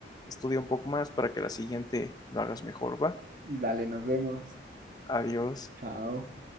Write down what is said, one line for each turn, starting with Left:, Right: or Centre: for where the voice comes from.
Left: estudia un poco más para que la siguiente lo hagas mejor, ¿va?
Right: dale, nos vemos.
Left: Adiós.
Right: Chao.